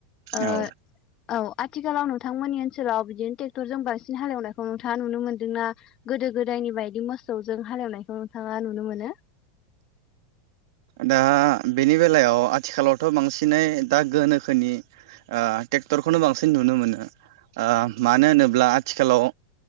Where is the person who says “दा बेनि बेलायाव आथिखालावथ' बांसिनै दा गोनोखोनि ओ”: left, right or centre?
Right